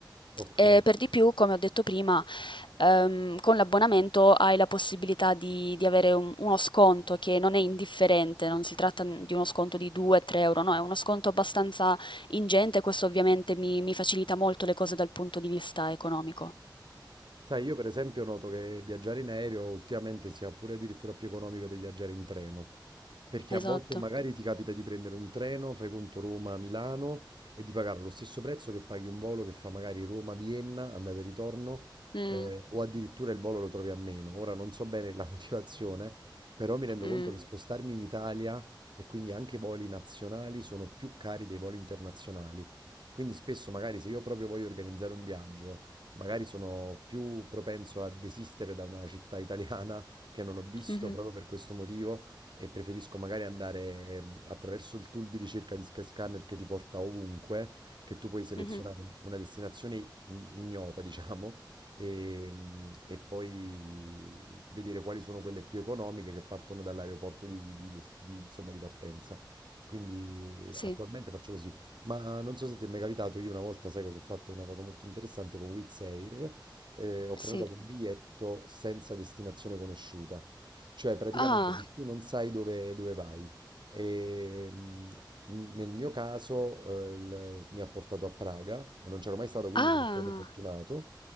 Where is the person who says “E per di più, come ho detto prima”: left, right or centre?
Left